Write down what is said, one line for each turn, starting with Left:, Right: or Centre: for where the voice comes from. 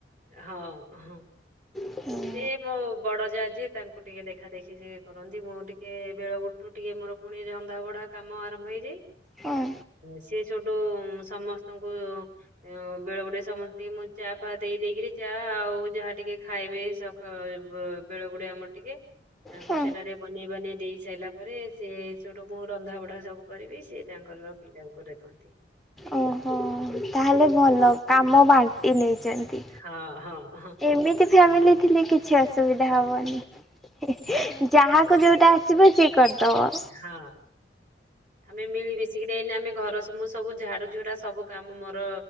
Right: ହଁ ହଁ।
Centre: <unintelligible> ହୁଁ।
Right: ଯେ ମୋ ବଡ଼ ଯା ତାଙ୍କୁ ଟିକେ ଦେଖା ଦେଖି ସିଏ କରନ୍ତି ମୁଁ ଟିକେ ବେଳ ବୁ ତୁ ଟିକେ ମୋର ପୁଣି ରନ୍ଧା ବଢା କାମ ଆରମ୍ଭ ହେଇଯାଏ।
Centre: ହୁଁ
Right: ସେ ସେଠୁ ସମସ୍ତଙ୍କୁ ଆଉ ବେଳେ ବେଳେ ସମସ୍ତେ ଟେ ମୁଁ ଚା ଫା ଦେଇଦେଇକି ଚା ଆଉ ଯାହା ଟିକେ ଖାଇବେ ସ ବେଳ ଗୁଡେ ଆମର ଟିକେ ତାଙ୍କୁ
Centre: ହୁଁ।
Right: ସେଇଟା ଟିକେ ବନେଇ ବନେଇ ଦେଇ। ସାରିଲା ପରେ ସେ ସେଠୁ ମୁଁ ରନ୍ଧା ବଢା ସବୁ କରିବି ସେ ତାଙ୍କର ପିଲାଙ୍କୁ ଦେଖନ୍ତି।
Centre: ଓହୋ ତାହେଲେ ଭଲ କାମ ବାଣ୍ଟି ନେଇଛନ୍ତି।
Right: ହଁ ହଁ ହଁ।
Centre: ଏମିତି ଫ୍ୟାମିଲି ଥିଲେ କିଛି ଅସୁବିଧା ହବନି। ଏ ଯାହାକୁ
Right: ହଁ
Centre: ଯୋଉଟା
Right: ମୋର
Centre: ଆସିବ ସିଏ କରିଦବ।
Right: ହଁ। ଆମେ ମିଳି ମିଶିକିରି ଆମେ ଘର ମୁଁ ସବୁ ଝାଡୁ ଝୁଡା ସବୁ କାମ ମୋର